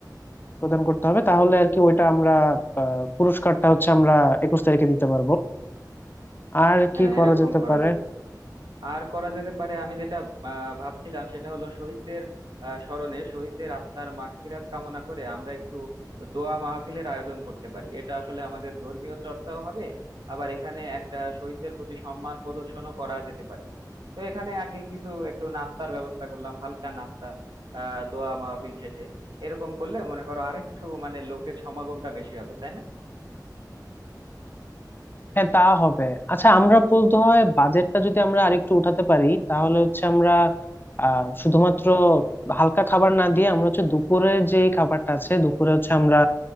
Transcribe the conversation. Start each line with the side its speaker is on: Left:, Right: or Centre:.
Left: প্রদান করতে হবে তাহলে আর কি ওইটা আমরা আহ, পুরস্কারটা হচ্ছে আমরা একুশ তারিখে দিতে পারবো আর
Right: হ্যাঁ
Left: কি করা
Right: এরকম
Left: যেতে
Right: করা
Left: পারে
Right: যেতে পারে আর করা যেতে পারে আমি যেটা আহ, ভাবছিলাম সেটা হলো শহীদদের আহ, স্মরণে শহীদদের আত্মার মাগফিরাত কামনা করে আমরা একটু দোয়া মাহফিলের আয়োজন করতে পারি এটা আসলে আমাদের ধর্মীয় চর্চাও হবে আবার এখানে একটা শহীদদের প্রতি সম্মান প্রদর্শনও করা যেতে পারে তো এখানে আর কি কিছু একটু নাস্তার ব্যবস্থা করলাম হালকা নাস্তা আহ দোয়া মাহফিল শেষে এরকম করলে মনে করো আরেকটু মানে লোকের সমাগমটা বেশি হবে তাই না
Left: হ্যাঁ তা হবে আচ্ছা আমরা বলতে হয় বাজেটটা যদি আমরা আরেকটু উঠাতে পারি তাহলে হচ্ছে আমরা আহ শুধুমাত্র হালকা খাবার না দিয়ে আমরা হচ্ছে দুপুরের যে খাবারটা আছে দুপুরে হচ্ছে আমরা